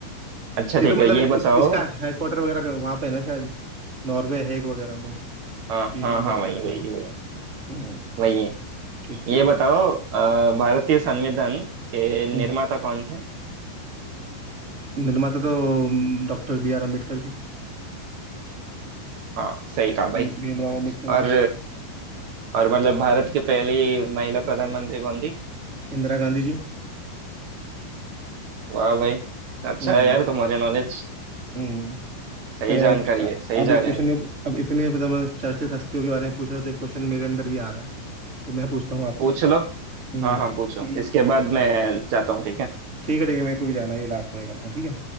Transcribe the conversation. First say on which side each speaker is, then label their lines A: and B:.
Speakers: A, on the right; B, on the right.
A: अच्छा ठीक
B: ये तो मतलब
A: है ये
B: इस,
A: बताओ
B: इसका हेडक्वार्टर वगैरह वहां पे है ना शायद नॉर्वे हेग वगैरह में
A: हाँ
B: कि
A: हाँ
B: नेदरलैंड्स
A: हाँ वही वही
B: में
A: वही
B: हम्म
A: वही है
B: ठीक ठीक
A: ये बताओ अ, भारतीय संविधान के
B: हम्म,
A: निर्माता कौन थे
B: निर्माता तो डॉक्टर बी आर अम्बेडकर जी
A: हाँ सही कहा भाई
B: भीम भीमराव अम्बेडकर
A: और
B: जी
A: और मतलब भारत की पहली महिला प्रधानमंत्री कौन थी
B: इंदिरा गांधी जी
A: वाह भाई अच्छा
B: हम्म
A: है यार तुम्हारी नॉलेज
B: हम्म हम्म।
A: सही
B: चलो
A: जानकारी
B: एक
A: है सही
B: अब एक
A: जा रहे
B: क्वेश्चन
A: हो
B: में अब इतने मतलब मैं चर्चित हस्तियों के बारे में पूछ रहे हो तो एक क्वेश्चन मेरे अंदर भी आ रहा है तो मैं पूछता हूँ आपसे
A: पूछ लो
B: हम्म
A: हाँ हाँ
B: कि-
A: पूछो इसके बाद मैं जाता हूँ ठीक है
B: ठीक है ठीक है मेरे को भी जाना है ये लास्ट रहेगा अपना ठीक है